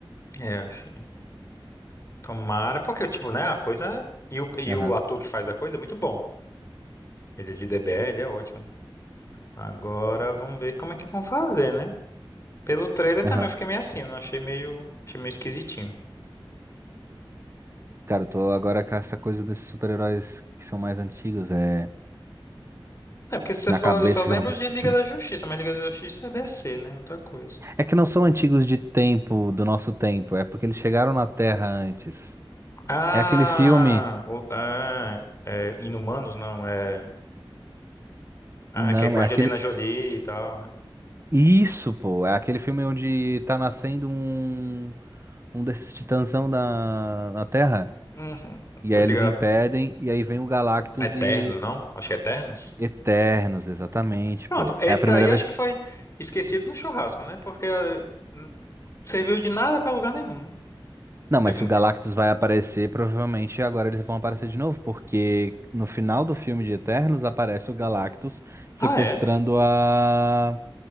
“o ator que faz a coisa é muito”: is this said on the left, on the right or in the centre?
Left